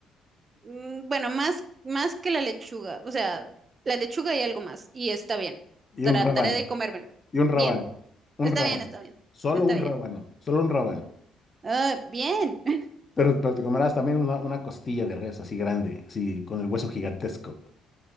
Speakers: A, on the right (about 40°); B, on the left (about 35°).
A: Mm, Bueno, más, más que la lechuga, o sea, la lechuga y algo más, y está bien.
B: Y
A: Trataré
B: un rábano,
A: de comérmelo.
B: y un rábano,
A: Bien,
B: un
A: está
B: rábano,
A: bien, está bien,
B: solo
A: está
B: un
A: bien.
B: rábano, solo un rábano.
A: Ah, bien. <laughs>
B: Pero, pero te comerás también una, una costilla de res así grande, así con el hueso gigantesco,